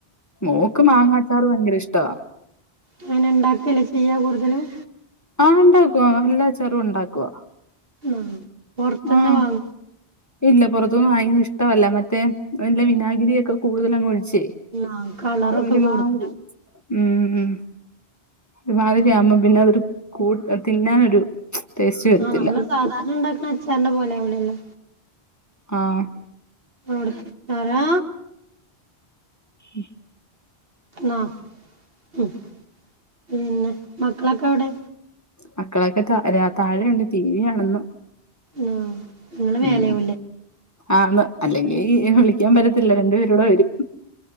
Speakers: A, on the left; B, on the right.
A: മോക്ക് മാങ്ങാ അച്ചാറ് ഭയങ്കര ഇഷ്ടവാ.
B: എങ്ങനെ ഉണ്ടാക്കല്ലെ ചെയ്യ കൂടുതലും?
A: ആഹ് ഉണ്ടാക്കും ആഹ് എല്ലാ അച്ചാറും ഉണ്ടാക്കുവാ.
B: ഉം പൊർത്തുന്ന്
A: ആ
B: വാങ്ങു
A: ഇല്ല പൊറത്തുന്ന്‌ വാങ്ങിക്കുന്നത് ഇഷ്ടവല്ല മറ്റേ അതിന്റെ വിനാഗിരിയൊക്കെ കൂടുതലങ്ങ് ഒഴിച്ചേ.
B: ആഹ് കളറൊക്കെ
A: ഒരു
B: കൂടുതലാവും
A: മാതിരി. ഉം ഹും ഒരു മാതിരിയാവുമ്പം പിന്നെ അതൊരു കൂട്ട് തിന്നാനൊരു ടേസ്റ്റ് വരത്തില്ല
B: ആഹ് നമ്മള് സാധാരണ ഉണ്ടാക്ണ അച്ചാറിന്റെ പോലെ ആവൂലല്ലോ?
A: ആഹ്
B: ആണ് തരാ
A: ഉം
B: ന്നാ ഉം പിന്നെ മക്കളൊക്കെവിടെ?
A: മക്കളൊക്കെ താ രാ താഴെയൊണ്ട് ടി വി കാണുന്നു.
B: ആഹ് നിങ്ങള് മേലെയാവൂല്ലേ
A: ഉം ആന്ന് അല്ലെങ്കി വിളിക്കാൻ പറ്റത്തില്ല രണ്ടു പേരൂടെ വരും.